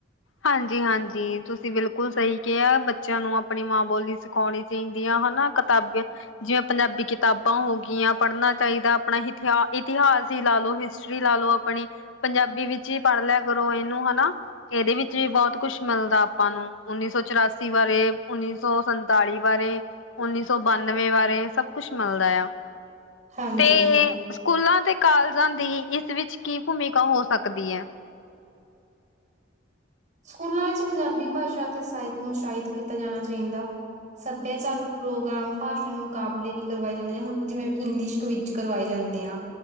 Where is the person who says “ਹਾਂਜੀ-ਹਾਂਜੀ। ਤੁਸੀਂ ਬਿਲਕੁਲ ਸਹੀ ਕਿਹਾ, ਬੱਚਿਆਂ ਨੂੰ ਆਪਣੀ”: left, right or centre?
Left